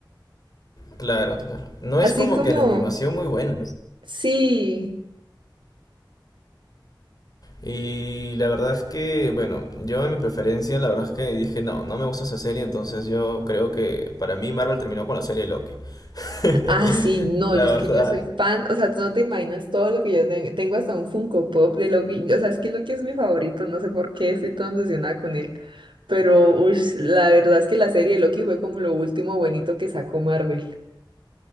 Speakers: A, on the left; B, on the right.
A: claro, claro, no
B: Así
A: es como
B: como,
A: que la animación muy buena.
B: sí.
A: Y la verdad es que, bueno, yo en mi preferencia, la verdad es que dije, no, no me gusta esa serie, entonces yo creo que para mí Marvel terminó con la serie Loki. <laughs>
B: Ah, sí, no,
A: La
B: yo
A: verdad.
B: es que yo soy fan, o sea, tú no te imaginas todo lo que yo tengo, tengo hasta un Funko Pop de Loki, o sea, es que Loki es mi favorito, no sé por qué estoy tan obsesionada con él, pero uy, la verdad es que la serie de Loki fue como lo último bonito que sacó Marvel.